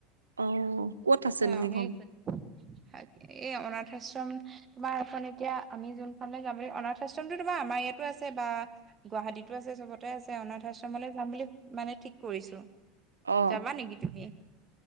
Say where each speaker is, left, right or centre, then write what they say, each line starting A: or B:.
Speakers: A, on the right; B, on the right.
A: অ ক'ত আছেনো
B: অ
A: সেইখন?
B: ধেই আছে শাক এই অনাথ আশ্ৰম তোমাৰ এখন এতিয়া আমি যোনফালে যাম বুলি, অনাথ আশ্ৰমতো তোমাৰ আমাৰ ইয়াতো আছে বা গুৱাহাটীতো আছে চবতে আছে অনাথ আশ্ৰমলৈ যাম বুলি মানে ঠিক কৰিছো।
A: অ
B: যাবা নেকি তুমি?